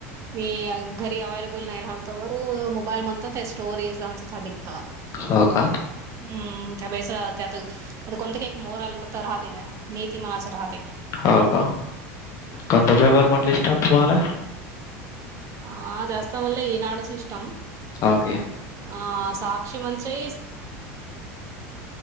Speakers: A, on the right; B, on the left.
A: मी घरी अवलेबल नाही राहलतो व मोबाईल म्हणतो ते स्टोरीजच्या छ दिघत
B: होका
A: हम्म त्या बेसर आता कोणत कायक मोरलत राहते ना नीती माना अस राहते क
B: हो का कोणता पेपर म्हटलंसान तुम्हाला
A: ह जास्त मले ह नाडच इस्म
B: ओके.
A: अ साक्षी मनचे.